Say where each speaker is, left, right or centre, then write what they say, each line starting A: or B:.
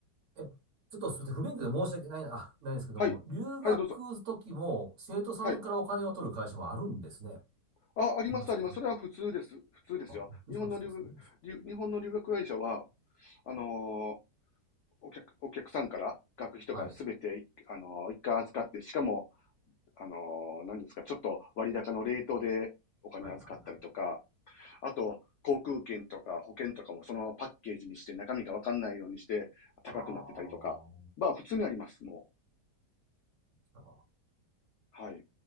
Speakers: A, on the right; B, on the left.
A: え、ちょっとすみません、不勉強で申し訳ないな、あ、ないんですけども、
B: はい、
A: 留学時も生徒さんからお金を取る会社もあるんですね。
B: はい、どうぞ。はい。あ、あります、
A: 今ちょっと、
B: あります。それは普通です。普通ですよ。
A: あ、びっくりしました。
B: 日本の留学、
A: そうです。
B: 留日本の留学会社は、あのーお客、お客さんから学費とかすべて、
A: はい。
B: あのー一回預かって、しかも、あのー、な何ですか、ちょっと割高のレートでお金預かったりとか、
A: はい、はい、はい、はい。
B: あと、航空券とか保険とかもそのパッケージにして中身がわかんないようにして高くなってたりとか、
A: あー、
B: まあ普通にあります、も
A: なんか
B: う。はい。